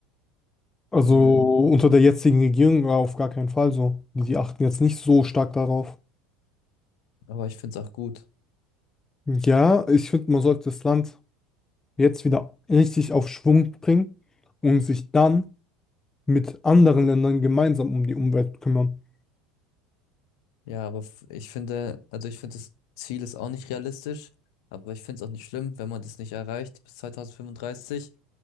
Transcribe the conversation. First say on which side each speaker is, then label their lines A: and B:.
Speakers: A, on the left; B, on the left.
A: Also
B: ähm,
A: unter der jetzigen Regierung war auf gar keinen Fall so. Die, die achten jetzt nicht so stark darauf.
B: aber ich finde es auch gut.
A: Ja, ich finde, man sollte das Land jetzt wieder richtig auf Schwung bringen und sich dann mit anderen Ländern gemeinsam um die Umwelt kümmern.
B: Ja, aber f- ich finde, also ich finde, das Ziel ist auch nicht realistisch, aber ich finde es auch nicht schlimm, wenn man das nicht erreicht bis 2035,